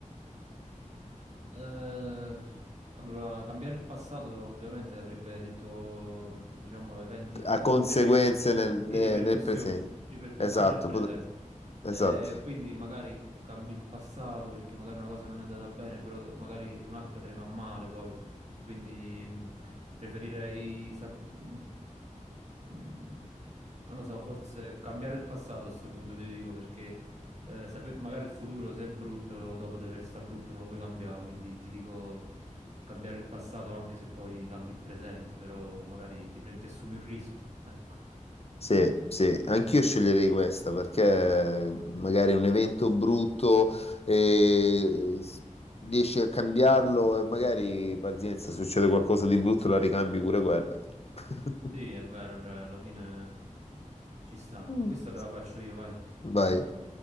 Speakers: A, on the right (about 55°); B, on the left (about 50°).
A: Eh, allora, cambiare il passato ovviamente avrebbe detto, mh, diciamo, eventi, ri-
B: a conseguenze
A: riper- ri- sì,
B: nel, ne-
A: ripercussioni,
B: nel presente.
A: ripercussioni
B: Esatto,
A: nel presente.
B: pot- esatto.
A: Eh, quindi magari cambi il passato perché magari una cosa non è andata bene, però magari un'altra te ne va male poi. Quindi mh, preferirei, sap- mh, mh, non lo so, forse cambiare il passato a questo punto, ti dico, perché... Eh, sape- magari il futuro, se è brutto, dopo deve restare brutto, non lo puoi cambiare. Quindi ti dico cambiare il passato anche se poi cambi il presente, però magari ti prendi, ti assumi un rischio. Ecco.
B: Sì,
A: Tu?
B: sì, anch'io sceglierei questa perché magari un evento brutto e s- riesci a cambiarlo e magari, pazienza, succede qualcosa di brutto, la ricambi pure quella. <laughs>
A: Sì, è vero, cioè alla fine ci sta.
B: Mm.
A: Questa te la faccio io, vai.
B: Vai.